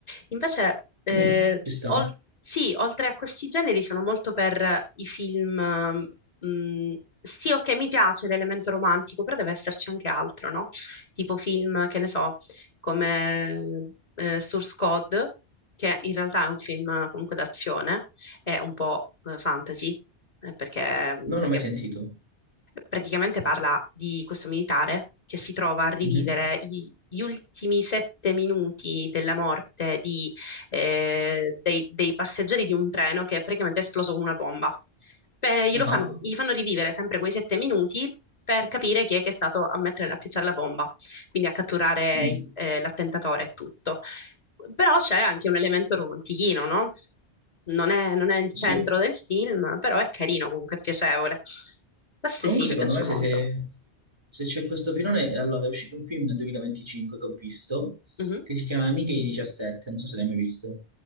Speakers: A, on the left (about 35°); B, on the right (about 25°).
A: Invece, eh,
B: Mm. Ci sta?
A: ol- sì, oltre a questi generi sono molto per i film mh, sì, ok, mi piace l'elemento romantico, però deve esserci anche altro, no? Tipo film, che ne so, come eh, Source Code, che in realtà è un film comunque d'azione, è un po' eh, fantasy, eh, perché, mhmm,
B: Non
A: perché
B: l'ho mai sentito.
A: praticamente parla di questo militare che si trova a rivivere
B: Mhm.
A: gli, gli ultimi sette minuti della morte di, eh, dei, dei passeggeri di un treno che è praticamente esploso con una bomba. Beh, glielo fan-
B: Ah,
A: gli fanno rivivere sempre quei sette minuti per capire chi è che è stato a mettere, a piazzare la bomba, quindi a catturare
B: mm,
A: il- eh, l'attentatore e tutto. Però c'è anche un elemento romantichino, no? Non è, non è il
B: sì.
A: centro del film, però è carino, comunque è piacevole. Queste
B: Comunque
A: sì,
B: secondo
A: mi piacciono
B: me se,
A: molto.
B: se- se c'è questo filone, allora è uscito un film nel 2025 che ho visto,
A: Mhm.
B: che si chiama Amiche di 17, non so se l'hai mai visto.